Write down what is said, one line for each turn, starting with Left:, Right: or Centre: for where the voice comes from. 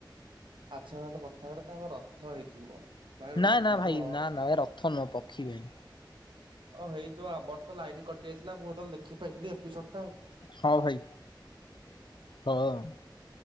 Right: ଆଚ୍ଛା ଗୋଟେ କଥା ହେଟା ତାଙ୍କ ରଥ ହେଇଥିବ। ଭାଇ ଗୋଟେ
Left: ନା
Right: କଥା
Left: ନା ଭାଇ
Right: କୁହ
Left: ନା ନା ଏ ରଥ ନୁହ ପକ୍ଷୀ ପାଇଁ।
Right: ଓ ହେଇ ଥିବ, ଆମର ତ ଲାଇନ କଟିଯାଇଥିଲା ମୁଁ ତ ଦେଖିପାରିନି ଏପିସୋଡ ଟା ।
Left: ହଁ ଭାଇ। ହଁ ।